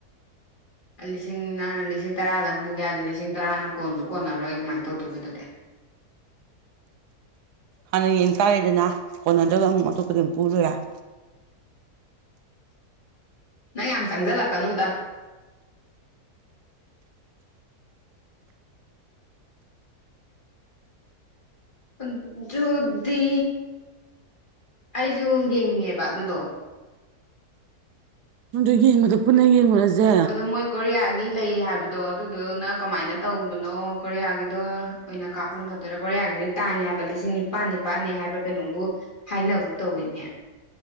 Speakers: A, on the left; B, on the right.
A: ꯂꯤꯁꯤꯡ ꯅꯪꯅꯥ ꯂꯤꯁꯤꯡ ꯇꯔꯥꯗꯪ ꯄꯨꯒꯦ ꯍꯥꯏꯗꯣ ꯂꯤꯁꯤꯡ ꯇꯔꯥꯅ ꯀꯣꯟꯁꯨ ꯀꯣꯟꯅꯔꯣꯏ ꯀꯃꯥꯏ ꯇꯧꯗꯣꯏꯕ ꯑꯗꯨꯗꯤ
B: ꯍꯥꯟꯅ ꯌꯦꯡ ꯇꯥꯔꯦꯗꯅ ꯀꯣꯟꯅꯗ꯭ꯔꯒ ꯑꯃꯨꯛ ꯑꯇꯣꯞꯄꯗꯩ ꯑꯃꯨꯛ ꯄꯨꯔ ꯂꯣꯢꯔꯦ
A: ꯅꯪ ꯌꯥꯝ ꯆꯪꯁꯤꯜꯂꯛꯀꯅꯨꯗ ꯑꯗꯨꯗꯤ ꯑꯩꯁꯨ ꯌꯦꯡꯅꯤꯡꯉꯦꯕ ꯑꯗꯨꯗꯣ
B: ꯅꯪꯗꯣ ꯌꯦꯡꯕꯗ ꯄꯨꯟꯅ ꯌꯦꯡꯉꯨꯔꯁꯦ
A: ꯗꯨ ꯃꯣꯏ ꯀꯣꯔꯤꯌꯥꯒꯤ ꯂꯩ ꯍꯥꯏꯕꯗꯣ ꯑꯗꯨ ꯗꯨꯅ ꯀꯃꯥꯏꯅ ꯇꯧꯕꯅꯣ ꯀꯣꯔꯤꯌꯥꯒꯤꯗꯣ ꯑꯣꯏꯅ ꯀꯥꯞꯄꯅ ꯐꯠꯗꯣꯏꯔ ꯀꯣꯔꯤꯌꯥꯒꯤꯗꯨꯗꯤ ꯇꯥꯡꯉꯦ ꯍꯥꯏꯕ ꯂꯤꯁꯤꯡ ꯅꯤꯄꯥꯟ ꯅꯤꯄꯥꯟꯅꯦ ꯍꯥꯏꯕꯔ꯭ꯥ ꯀꯩꯅꯣꯝꯕꯨ- ꯍꯥꯏꯅꯒꯨꯝ ꯇꯧꯋꯤꯅꯦ